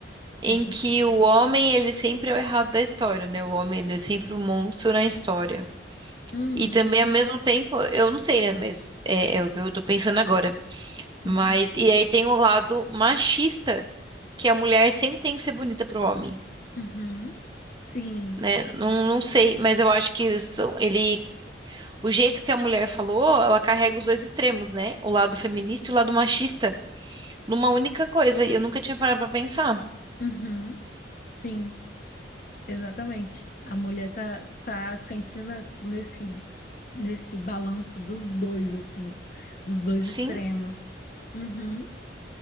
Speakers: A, on the right; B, on the left.
A: em
B: Uhum,
A: que o homem ele sempre é o errado da história, né? O homem ele é sempre o monstro na história.
B: hum,
A: E também ao mesmo tempo, eu não sei, né? Mas é, é o que eu tô pensando agora. Mas
B: uhum,
A: e aí tem o lado machista, que a mulher sempre tem que ser bonita pro homem,
B: uhum, sim.
A: né? Não, não sei, mas eu acho que isso- ele O jeito que a mulher falou, ela carrega os dois extremos, né? O lado feminista e o lado machista, numa única coisa. E eu nunca tinha parado pra pensar.
B: Uhum, sim, exatamente. A mulher tá, tá sempre na- nesse, nesse balanço dos dois, assim, dos dois
A: Sim,
B: extremos. Uhum.